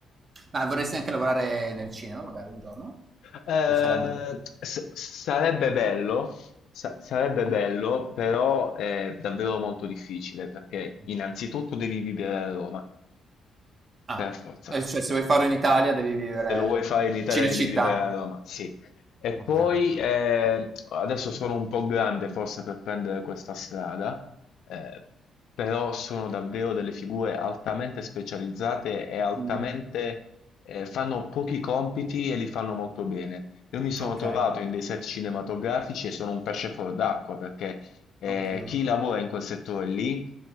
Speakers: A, on the right; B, on the left.
A: Ma vorresti anche lavorare nel cinema magari un giorno?
B: Eh,
A: Ti piacerebbe?
B: s- sarebbe bello, sa- sarebbe
A: Mh-mh.
B: bello, però è davvero molto difficile perché
A: Mh.
B: innanzitutto devi vivere a Roma,
A: Ah,
B: per forza.
A: eh, cioè se vuoi farlo in Italia devi vivere
B: Se lo vuoi fare in Italia
A: Cinecittà?
B: devi vivere a Roma, sì. E
A: Okay.
B: poi eh, adesso sono un po' grande forse per prendere questa strada, eh, però sono davvero delle figure altamente specializzate e altamente
A: Mh.
B: eh, fanno pochi compiti e li fanno molto bene. Io mi sono
A: Okay,
B: trovato in dei set cinematografici e sono un pesce fuor d'acqua perché eh,
A: okay.
B: chi lavora in quel settore lì